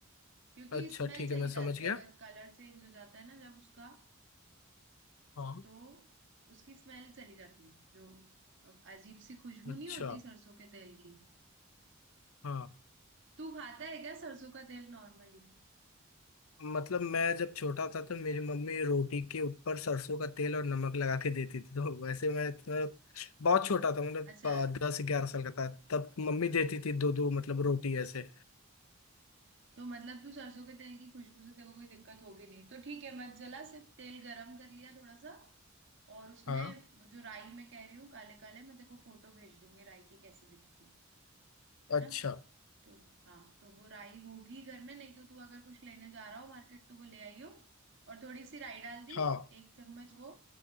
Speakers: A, on the right; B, on the left.
A: क्योंकि
B: अच्छा
A: स्मेल
B: ठीक
A: चली
B: है मैं
A: जाती
B: समझ गया
A: है अगर कलर चेंज हो जाता है ना जब उसका
B: हाँ
A: तो उसकी स्मेल चली जाती है जो अ, अजीब सी खुशबू
B: अच्छा
A: नहीं होती सरसों के तेल की
B: हाँ
A: तू खाता है क्या सरसों का तेल नॉर्मली
B: मतलब मैं जब छोटा था तो मेरी मम्मी रोटी के ऊपर सरसों का तेल और नमक लगा के देती थी तो वैसे मैं मतलब बहुत छोटा था मतलब
A: अच्छा
B: अ, दस ग्यारह साल का था तब मम्मी
A: हाँ
B: देती थी दो दो मतलब रोटी ऐसे
A: तो मतलब तू सरसों के तेल की खुशबू से तेरे को कोई दिक्कत होगी नहीं तो ठीक है मत जला सिर्फ तेल गरम कर लिया थोड़ा सा और उसमें
B: हाँ
A: वो जो राई मैं कह रही हूँ काले काले मैं तेरे को फोटो भेज दूंगी राई की कैसे दिखती है है ना
B: अच्छा
A: तो हाँ तो वो राई होगी घर में नहीं तो तू अगर कुछ लेने जा रहा हो मार्केट तो वो ले आई हो और थोड़ी सी राई डाल दी
B: हाँ
A: एक चम्मच वो